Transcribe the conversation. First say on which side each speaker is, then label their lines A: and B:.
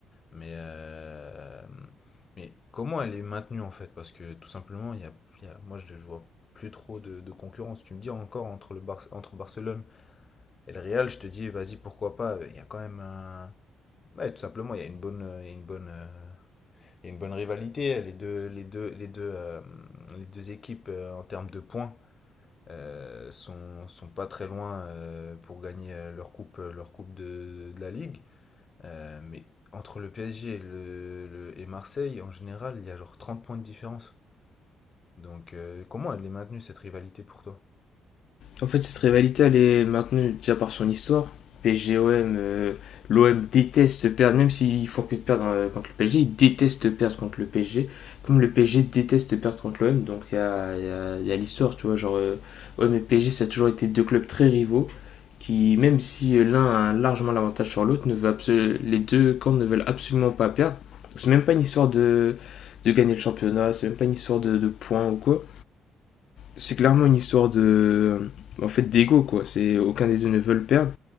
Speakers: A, on the left; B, on the left.
A: Mais, euh, mais comment elle est maintenue en fait? Parce que tout simplement, il y a, il y a- moi je vois plus trop de, de concurrence. Tu me dis encore entre, le Bar- entre Barcelone et le Real, je te dis vas-y, pourquoi pas? Il y a quand même un. Ouais, tout simplement, il y a une bonne, euh, il y a une bonne, euh, il y a une bonne rivalité. Les deux, les deux, les deux, euh, les deux équipes euh, en termes de points euh, sont, sont pas très loin euh, pour gagner euh, leur coupe, leur coupe de, de la Ligue. Euh, mais entre le PSG et, le, le- et Marseille, en général, il y a genre 30 points de différence. Donc, euh, comment elle est maintenue, cette rivalité pour toi?
B: En fait, cette rivalité, elle est maintenue déjà par son histoire. PSG-OM, l'OM déteste perdre, même s'ils font que de perdre euh, contre le PSG, ils détestent perdre contre le PSG. Comme le PSG déteste perdre contre l'OM, donc il y a, y a- y a l'histoire, tu vois. Genre, euh, OM et PSG, ça a toujours été deux clubs très rivaux qui, même si euh, l'un a largement l'avantage sur l'autre, ne veut absolu- les deux camps ne veulent absolument pas perdre. C'est même pas une histoire de, de gagner le championnat, c'est même pas une histoire de, de points ou quoi c'est clairement une histoire de en fait d'ego quoi c'est aucun des deux ne veut le perdre